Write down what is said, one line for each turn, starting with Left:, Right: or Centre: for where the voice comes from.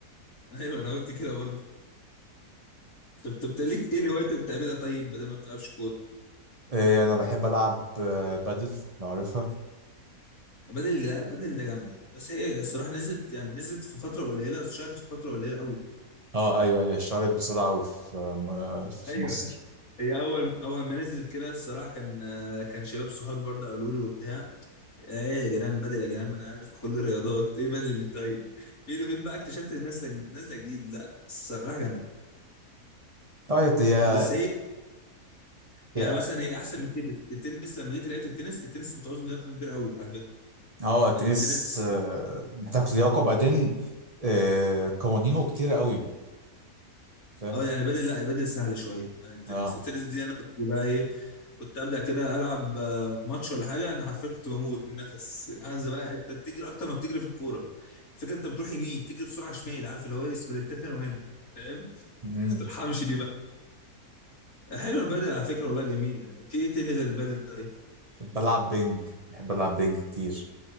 Left: <laughs> ايوه انا قلت كده برضه طب طب طب ليك ايه الهوايات اللي بتعملها طيب بدل ما بتلعبش كوره
Right: إيه انا بحب العب آه، بادل لو عارفها
Left: بدل ده بدل ده جامده بس هي الصراحه نزلت يعني نزلت في فتره قليله اتشهرت في فتره قليله قوي
Right: اه ايوه هي اشتهرت بسرعه قوي في م- في
Left: ايوه
Right: مصر
Left: هي اول اول ما نزلت كده الصراحه كان آه، كان شباب صحابي برضه قالوا لي وبتاع ايه يا جيران بدل يا جيران ما انا عارف كل الرياضات ايه بدل اللي طيب فين وفين بقى اكتشفت إن نازله نازله جديد لا الصراحه جامده
Right: اه هي
Left: بس هي
Right: هي
Left: يعني مثلا هي احسن من التنس التنس لما جيت لعبت التنس التنس بتعوز لياقه كبيره قوي على فكره
Right: اه التنس
Left: يعني التنس
Right: آه، محتاج لياقه وبعدين آه، قوانينه كتير قوي فاهم
Left: اه يعني بدل لا بدل سهله شويه عن التنس
Right: اه
Left: التنس دي انا كنت بقى ايه كنت ابدا كده العب آه، ماتش ولا حاجه انا حرفيا كنت بموت من النفس عايز بقى انت بتجري اكتر ما بتجري في الكوره الفكره انت بتروح يمين تجري بسرعه شمال عارف اللي هو ايه سبرنتات هنا وهنا فاهم
Right: امم
Left: ما بترحمش دي بقى حلو البدل على فكره والله جميله يعني في ايه تاني غير البدل طيب
Right: بلعب بينج بحب العب بينج كتير